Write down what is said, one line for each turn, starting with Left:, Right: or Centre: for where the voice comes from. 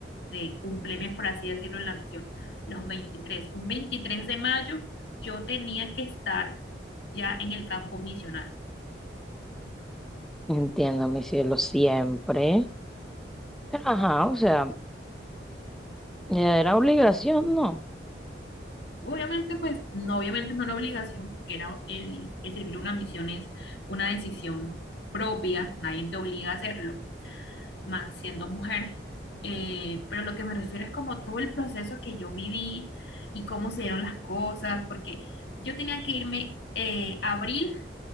Left: de cumpleaños, por así decirlo, en la misión. Los veintitrés Un 23 de mayo yo tenía que estar ya en el campo misional.
Centre: Entiendo, mi cielo, siempre. Pero, ajá, o sea, era obligación, ¿no?
Left: Obviamente, pues, no, obviamente no una obligación, porque era el, el servir una misión es una decisión propia, nadie te obliga a hacerlo más siendo mujer. Eh, pero lo que me refiero es como todo el proceso que yo viví y cómo se dieron las cosas, porque yo tenía que irme eh, abril,